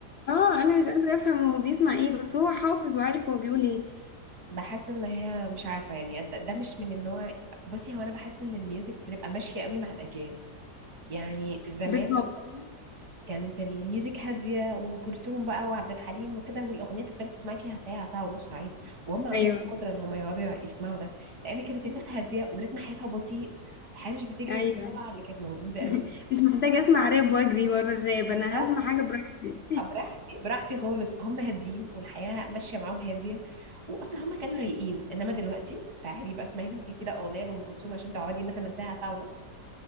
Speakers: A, on the left; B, on the right.
A: اه انا مش قادره افهم هو بيسمع ايه بس هو حافظ وعارف هو بيقول ايه
B: بحس ان هي مش عارفه يعني ده, ده مش من النوع بصي هو انا بحس ان الميوزك بتبقى ماشيه قوي مع الاجيال يعني زمان
A: بالظبط
B: مثلا كانت الميوزك هاديه وام كلثوم بقى وعبد الحليم وكده والاغنيه تقدري تسمعي فيها ساعه ساعه ونص عادي وهم عندهم
A: ايوه
B: القدره ان هم يقعدوا يسمعوا ده لان كانت الناس هاديه وريتم حياتها بطيء والحياه مش بتجري
A: ايوه
B: بالسرعه اللي كانت موجوده
A: <laughs>
B: قوي دي
A: مش محتاجه اسمع راب واجري ورا الراب
B: بالظبط
A: انا هسمع حاجه براحتي
B: براحتي براحتي خالص هم هاديين والحياة ماشية معاهم هادية وأصلا هم كانوا رايقين إنما دلوقتي تعالي بقى اسمعي انت كده أغنية لأم كلثوم عشان تقعدي مثلا ساعة ساعة ونص